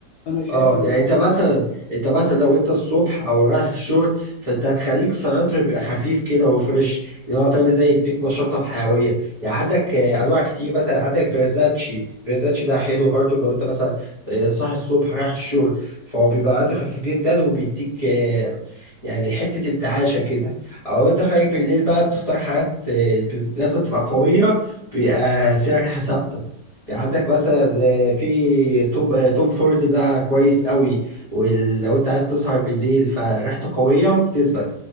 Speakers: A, on the left (about 70°); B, on the left (about 35°).
A: انا شايف
B: اه
A: ان
B: يعني
A: هو
B: انت مثلا انت مثلا لو انت الصبح او رايح الشغل فانت هتخليك في عطر بيبقى خفيف كده وفريش اللي هو فاهم ازاي يديك نشاطه وحيويه يعني عندك آه، انواع كتير مثلا عندك فيرزاتشي فيرزاتشي ده حلو برضه لو انت مثلا آه، صاحي الصبح رايح الشغل فهو بيبقى عطر خفيف جدا وبيديك آه، يعني حته انتعاشه كده او لو انت خارج بالليل بقى بتختار حاجات آه، لازم تبقى قويه بيبقى فيها ريحه ثابته يعني عندك مثلا آه، في توب آه، توم فورد ده كويس قوي ولو انت عايز تسهر بالليل فريحته قوية وبتثبت